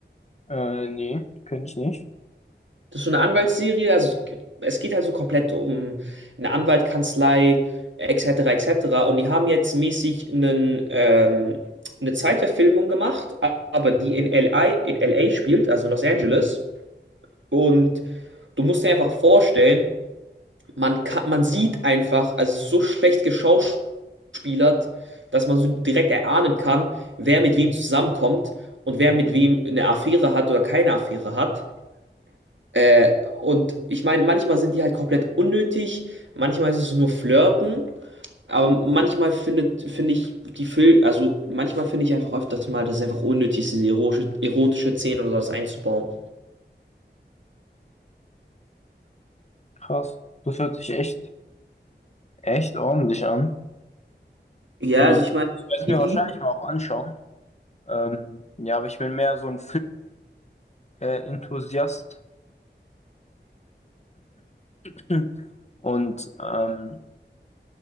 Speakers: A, on the left (about 35°); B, on the right (about 85°).
A: Äh, nee, kenne ich nicht.
B: Das ist so eine Anwaltsserie. Also es geht halt so komplett um eine Anwaltkanzlei, etc., etc. Und die haben jetzt mäßig einen, ähm, eine Zeitverfilmung gemacht, aber die in LA, in LA spielt, also Los Angeles. Und du musst dir einfach vorstellen, man kann, man sieht einfach, also so schlecht geschauspielert, dass man so direkt erahnen kann, wer mit wem zusammenkommt und wer mit wem eine Affäre hat oder keine Affäre hat. Äh, und ich meine, manchmal sind die halt komplett unnötig, manchmal ist es nur Flirten, aber manchmal findet, finde ich, die Film, also manchmal finde ich einfach öfters mal, dass es einfach unnötig ist, diese erotische, erotische Szenen oder sowas einzubauen.
A: Krass. Das hört sich echt, echt ordentlich an.
B: Ja,
A: Äh,
B: also
A: ich
B: ich meine,
A: werde es
B: geht
A: mir
B: eh-
A: wahrscheinlich mal auch anschauen. Ähm, ja, aber ich bin mehr so ein Film-Enthusiast. <clears throat> Und ähm,